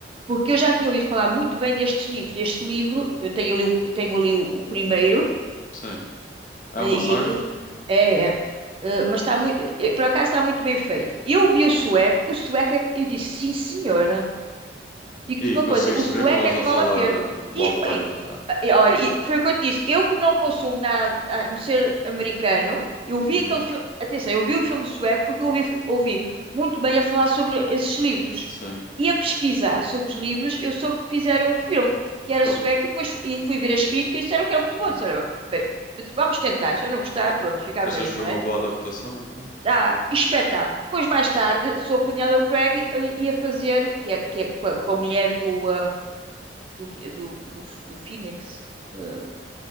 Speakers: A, on the right (about 30°); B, on the left (about 50°).
A: porque eu já tinha ouvido falar muito bem destes livros. Este livro, eu tenho ali, o- tenho ali o o primeiro.
B: sim. É
A: E,
B: uma saga?
A: e aquilo. É, é. Eh, mas está muito. eh, Por acaso está muito bem feito. Eu vi o sueco, o sueco, é- eu disse, sim, senhora. Digo-te
B: E
A: uma coisa,
B: conseguiste
A: o sueco
B: ver com eles
A: é que
B: a
A: vale
B: falar
A: a pena.
B: uh,
A: E,
B: uau, uau, uau,
A: e-
B: lá, lá, lá.
A: e, olha, e foi o que eu te disse. Eu que não consumo nada a não ser americano, eu vi
B: Uhum,
A: aquele filme. Atenção, eu vi o filme sueco porque eu ouvi, ouvi muito bem a falar sobre esses livros.
B: sim.
A: E a pesquisar sobre os livros, eu soube que fizeram um filme que era
B: Então,
A: sueco e depois e fui ver as críticas e disseram que era muito
B: uhum.
A: bom. Disse, olha, bem, vamos tentar. Se eu não gostar, pronto, fica
B: Achas
A: bem,
B: que
A: não
B: foi
A: é?
B: uma boa adaptação, então?
A: Dá espetáculo. Depois, mais tarde, soube que o Daniel Craig eh, ia fazer, que é, que é com a, com a mulher do do, que- do, do, do Phoenix, eh,